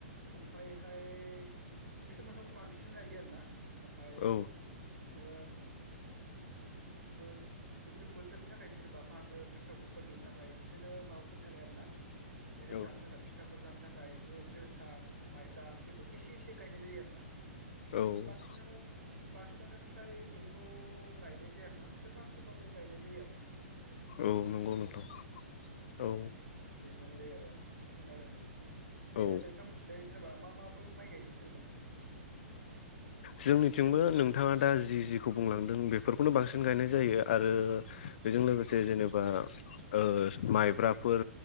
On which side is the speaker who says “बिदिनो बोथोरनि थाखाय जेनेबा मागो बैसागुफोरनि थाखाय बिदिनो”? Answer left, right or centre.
Right